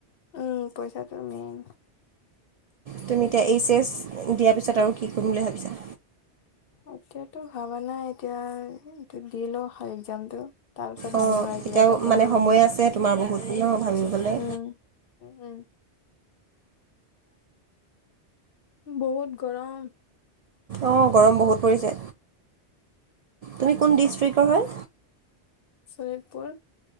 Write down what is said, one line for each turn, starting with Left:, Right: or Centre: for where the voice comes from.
Left: উম পইচাটো মেইন
Right: তুমি এতিয়া এইচ এচ দিয়াৰ পিছত আৰু কি কৰিম বুলি ভাবিছা
Left: এতিয়াটো ভবা নাই এতিয়া এইটো দি ল‌ও একজামটো তাৰ পিছত
Right: অঁ
Left: ভাবিম আৰু কিবা
Right: এতিয়াও
Left: এটা কৰিব
Right: মানে সময়
Left: লাগিব
Right: আছে তোমাৰ বহুত ন ভাবিবলৈ
Left: উম উম বহুত গৰম
Right: অঁ গৰম বহুত পৰিছে তুমি কোন দৃষ্টিকৰ হয়
Left: শোণিতপুৰ